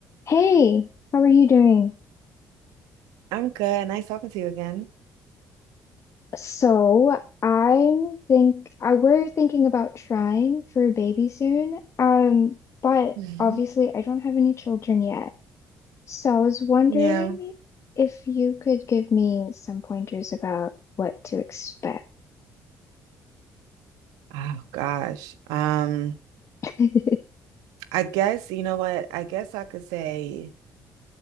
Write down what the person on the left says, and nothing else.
Hey, how are you doing?
So, I'm think I we're thinking about trying for a baby soon. Um, but
obviously I don't have any children yet. So I was wondering
if you could give me some pointers about what to expect.
<laughs>